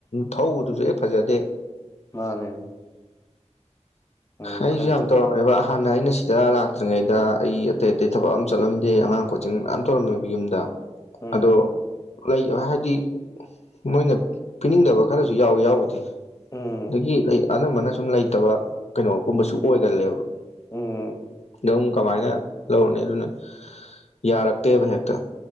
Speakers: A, on the left; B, on the left.
A: ꯊꯧꯕꯗꯨꯖꯨ ꯍꯦꯛ ꯐꯖꯗꯦ
B: ꯃꯥꯅꯦ ꯎꯝ
A: ꯑꯩꯖꯨ
B: ꯈꯪꯗꯦ
A: ꯌꯥꯝ ꯇꯧꯔꯝꯃꯦꯕ ꯍꯥꯟꯅ ꯑꯩꯅ ꯁꯤꯗ ꯂꯥꯛꯇ꯭ꯔꯤꯉꯩꯗ ꯑꯩ ꯑꯇꯩ ꯑꯇꯩ ꯊꯕꯛ ꯑꯃ ꯆꯠꯂꯝꯗꯦ ꯑꯉꯥꯡ ꯀꯣꯆꯤꯡ ꯃꯌꯥꯝ ꯇꯧꯔꯝꯃꯦꯕ ꯌꯨꯝꯗ
B: ꯎꯝ
A: ꯑꯗꯣ ꯂꯩ ꯍꯥꯢꯗꯤ ꯃꯣꯢꯅ ꯄꯤꯅꯤꯡꯗꯕ ꯈꯔꯖꯨ ꯌꯥꯎꯋꯤ ꯌꯥꯎꯕꯨꯗꯤ
B: ꯎꯝ ꯎꯝ
A: ꯑꯗꯒꯤ ꯂꯩ ꯑꯅꯝꯕꯅ ꯁꯨꯝ ꯂꯩꯇꯕ ꯀꯩꯅꯣꯒꯨꯝꯕꯁꯨ ꯑꯣꯢꯒꯜꯂꯦꯕ
B: ꯎꯝ
A: ꯑꯗ ꯑꯃꯨꯛ ꯀꯃꯥꯢꯅ ꯂꯧꯔꯅꯤ ꯑꯗꯨꯅ ꯌꯥꯔꯛꯇꯦꯕ ꯍꯦꯛꯇ